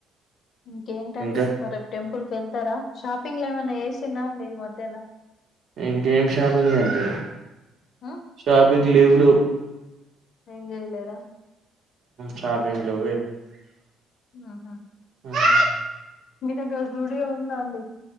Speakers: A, on the left (about 50°); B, on the right (about 55°).
A: ఇంకేంటండి
B: ఇంకా
A: మ రేపు టెంపుల్ క వెళ్తారా షాపింగ్ లో ఏమైన్నా వేసినా అండి ఈ మధ్యలా
B: ఇంకేం షాపింగ్ అదు
A: ఆ?
B: షాపింగ్ లు ఎంలేవ్
A: ఎంచేయలేద
B: షాపింగ్ లో
A: ఆహా
B: వా
A: మీ దగ్గర జూడియో ఉంద అండి